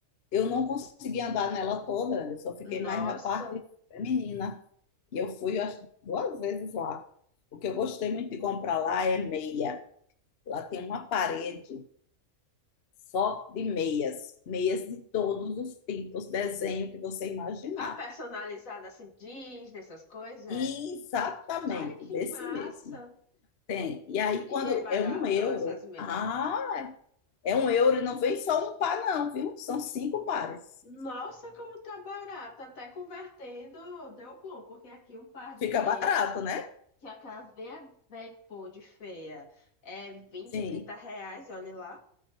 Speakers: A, on the left; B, on the left.
A: eu não consegui andar nela toda, eu só fiquei
B: nossa.
A: mais na parte feminina. E eu fui, eu acho, duas vezes lá. O que eu gostei muito de comprar lá é meia. Lá tem uma parede só de meias, meias de todos os tipos, desenho que você imaginar.
B: A personalizada assim, Disney, essas coisas. é?
A: E exatamente
B: Ai, que
A: desse
B: massa.
A: mesmo. Tem. E aí,
B: E
A: quando
B: é barato
A: é um euro,
B: essas... me-
A: ah,
B: Ah,
A: é um euro e não vem só um par, não, viu? São cinco pares.
B: nossa, como tá barato. Até convertendo deu bom, porque aqui um par de
A: Fica
B: meia,
A: barato, né?
B: que é aquelas bem, bem pô, de feia, é 20,
A: Sim,
B: 30 reais, olha lá.